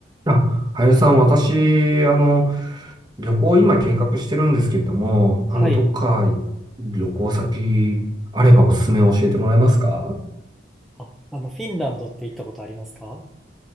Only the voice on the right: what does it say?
あ、林さん、私、あの、旅行今計画してるんですけれども、あの、
どっか旅行先あればおすすめ教えてもらえますか